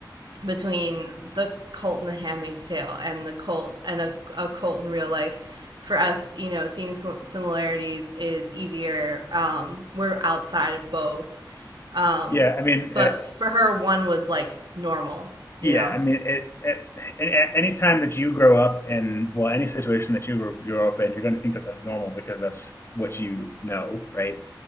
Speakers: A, on the right (about 80°); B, on the left (about 35°).
A: between the cult and the Handmaid's Tale and the cult and a, a cult in real life, for us, you know, seeing similarities is easier. Um, we're outside of both, um,
B: Yeah, I mean,
A: but
B: uh
A: for her, one was like normal, you
B: yeah,
A: know.
B: I mean, it, it, a- any time that you grow up in, well, any situation that you grow grow up in, you're going to think that that's normal because that's what you know, right?